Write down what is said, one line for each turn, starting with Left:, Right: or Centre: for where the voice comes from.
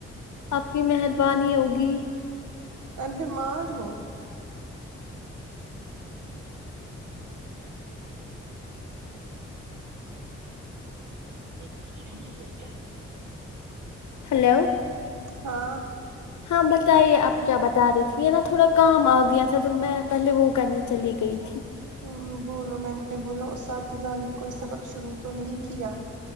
Left: آپ کی مہربانی ہوگی
Right: میں بیمار ہوں م شج کوئی کیا
Left: ہیلو
Right: ہاں
Left: ہاں بتائیے آپ کیا بتا رہی تھی یہ نا تھوڑا کام آ گیا تھا تو میں پہلے وہ کرنے چلی گئی تھی
Right: ہ بولو میں نے بولا اساتذہ نے کوئی سبق شروع تو نہیں کیا